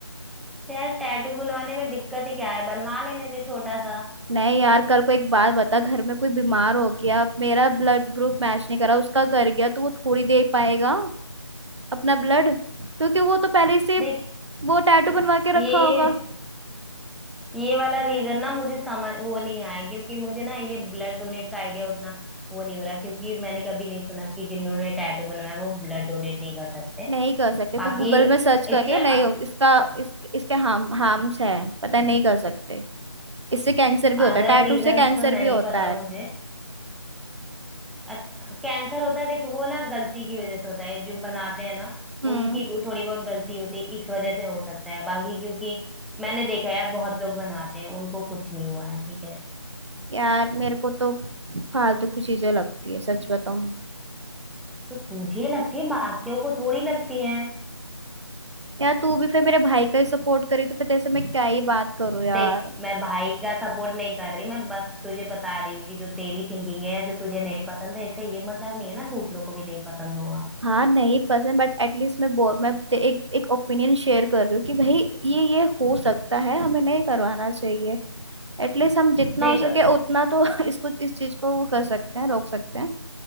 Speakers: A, in the centre; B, on the right (about 70°).
A: तो यार टैटू बनवाने में दिक्कत ही क्या है बनवा लेने दे छोटा सा
B: नहीं यार कल को एक बात बता घर में कोई बीमार हो गया मेरा ब्लड ग्रुप मैच नहीं करा उसका कर गया तो वो थोड़ी दे पाएगा अपना ब्लड क्योंकि वो तो पहले से
A: देख
B: वो टैटू बनवा के
A: ये
B: रखा होगा
A: ये वाला रीजन ना मुझे समझ वो नहीं आया क्योंकि मुझे ना ये ब्लड डोनेट का आइडिया उतना वो नहीं हो रहा क्योंकि मैंने कभी नहीं सुना कि जिन्होंने टैटू बनवाया वो ब्लड डोनेट नहीं कर सकते
B: नहीं कर सकते
A: बाकी
B: तू गूगल में सर्च करियो
A: इसके
B: नहीं हो इसका इस, इसके हार्म हार्म्स है पता है, नहीं कर सकते इससे कैंसर भी होता
A: अदर
B: है टैटू
A: रीजन
B: से कैंसर
A: तो नहीं
B: भी होता
A: पता
B: है
A: मुझे अच्छा कैंसर होता है देखो वो ना गलती की वजह से होता है जो बनाते हैं ना
B: हम्म
A: उनकी को- थोड़ी बहुत गलती होती है इस वजह से हो सकता है बाकी क्योंकि मैंने देखा है यार बहुत लोग बनाते हैं उनको कुछ नहीं हुआ है ठीक है
B: यार मेरे को तो फालतू की चीजें लगती है सच बताऊं
A: तो तुझे लगती है बाकियों को थोड़ी लगती है
B: यार तू भी फिर मेरे भाई का ही सपोर्ट करी तो फिर तेरे से मैं क्या ही बात करूं यार
A: देख मैं भाई का सपोर्ट नहीं कर रही मैं बस तुझे बता रही हूँ कि जो तेरी थिंकिंग है जो तुझे नहीं पसंद है इसका ये मतलब नहीं है ना दूसरों को भी नहीं पसंद होगा
B: हाँ नहीं पसंद बट एटलीस्ट मैं बो मैं ते- एक एक ओपिनियन शेयर कर रही हूँ कि भाई ये ये हो सकता है हमें नहीं करवाना चाहिए एटलीस्ट हम जितना
A: देख
B: हो सके उतना तो <laughs> इसको इस चीज को वो कर सकते हैं रोक सकते हैं